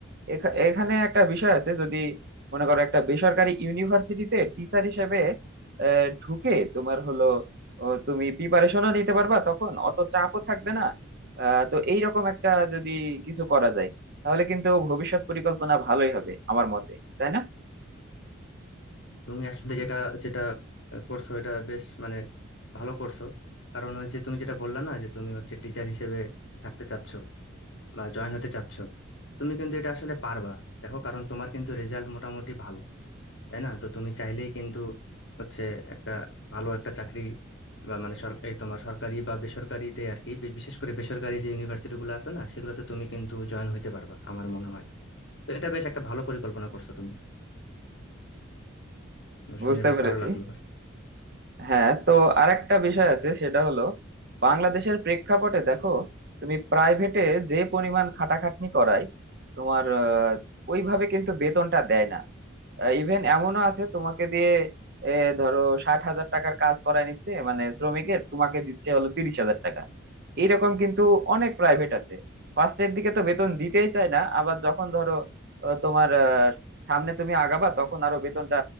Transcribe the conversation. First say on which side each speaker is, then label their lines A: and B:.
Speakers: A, on the right; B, on the left.
A: এখা- এখানে একটা বিষয় আছে যদি মনে করো একটা বেসরকারি ইউনিভার্সিটিতে টিচার হিসেবে আহ, ঢুকে তোমার হলো ও, তুমি প্রিপারেশনও নিতে পারবা তখন অত চাপও থাকবে না আহ, তো এইরকম একটা যদি কিছু করা যায় তাহলে কিন্তু ভবিষ্যৎ পরিকল্পনা ভালোই হবে আমার মতে তাই না
B: তুমি আসলে যেটা যেটা করছো এটা বেশ মানে ভালো করছো কারণ ওই যে তুমি যেটা বললা না যে তুমি হচ্ছে টিচার হিসেবে থাকতে চাচ্ছ বা জয়েন হতে চাচ্ছ তুমি কিন্তু এটা আসলে পারবা দেখো কারণ তোমার কিন্তু রেজাল্ট মোটামুটি ভালো তাই না তো তুমি চাইলেই কিন্তু হচ্ছে একটা ভালো একটা চাকরি বা মানে সর- এই তোমার সরকারি বা বেসরকারিতে আর কি বি- বিশেষ করে বেসরকারি যে ইউনিভার্সিটি গুলো আছে না সেগুলোতে তুমি কিন্তু জয়েন হইতে পারবা আমার মনে হয় তো এটা বেশ একটা ভালো পরিকল্পনা করছো তুমি মানে
A: বুঝতে
B: শুনে বেশ
A: পেরেছি
B: ভালো লাগলো আর কি।
A: হ্যাঁ তো আরেকটা বিষয় আছে সেটা হলো বাংলাদেশের প্রেক্ষাপটে দেখো তুমি প্রাইভেটে যে পরিমাণ খাটাখাটনি করায় তোমার আহ, ওইভাবে কিন্তু বেতনটা দেয় না ইভেন এমনও আছে তোমাকে দিয়ে এ, ধরো ষাট হাজার টাকার কাজ করায় নিচ্ছে মানে শ্রমিকের তোমাকে দিচ্ছে হলো তিরিশ হাজার টাকা এইরকম কিন্তু অনেক প্রাইভেট আছে ফার্স্টের দিকে তো বেতন দিতেই চায় না আবার যখন ধরো আহ, তোমার আহ, সামনে তুমি আগাবা তখন আরো বেতনটা